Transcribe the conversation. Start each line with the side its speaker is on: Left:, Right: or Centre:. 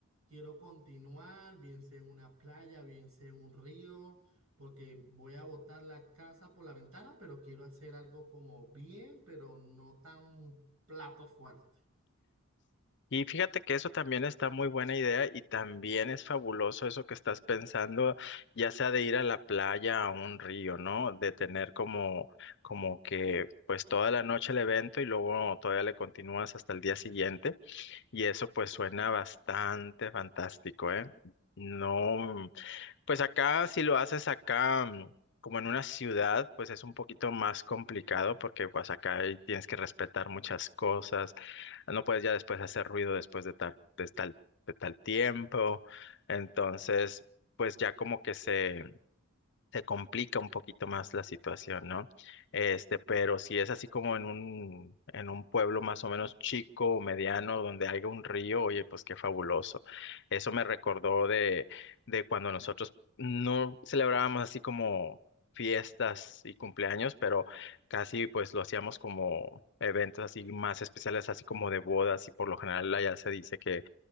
Right: quiero continuar, bien sea en una playa, bien sea en un río porque voy a botar la casa por la ventana, pero quiero hacer algo como bien, pero no tan plato fuerte.
Left: Y fíjate que eso también está muy buena idea y también es fabuloso eso que estás pensando, ya sea de ir a la playa, a un río, ¿no? De tener como, como que pues toda la noche el evento y luego todavía le continúas hasta el día siguiente. Y eso pues suena bastante fantástico, ¿eh? No. Pues acá, si lo haces acá, mm, como en una ciudad, pues es un poquito más complicado porque pues acá ahí tienes que respetar muchas cosas. No puedes ya después hacer ruido después de tal, de tal, de tal tiempo. Entonces, pues ya como que se se complica un poquito más la situación, ¿no? Este, pero si es así como en un, en un pueblo más o menos chico o mediano donde haya un río, oye, pues qué fabuloso. Eso me recordó de, de cuando nosotros no celebrábamos así como fiestas y cumpleaños, pero casi pues lo hacíamos como eventos así más especiales, así como de bodas y por lo general allá se dice que